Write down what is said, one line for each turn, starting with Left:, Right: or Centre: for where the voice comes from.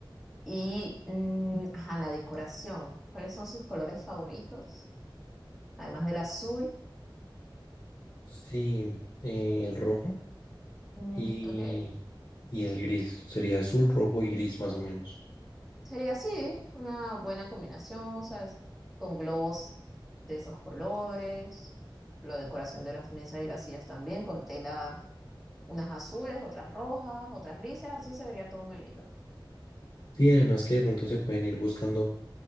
Centre: Y mm, ajá, la decoración, ¿cuáles son sus colores favoritos? Además del azul,
Left: Sí, eh, el rojo
Centre: mm,
Left: y,
Centre: ok.
Left: y el gris. Sería azul, rojo y gris más o menos.
Centre: Sería así, una buena combinación, ¿sabes? Con globos de esos colores, la decoración de las mesas y las sillas también, con tela, unas azules, otras rojas, otras grises, así se vería todo muy lindo.
Left: Sí, además que de pronto se pueden ir buscando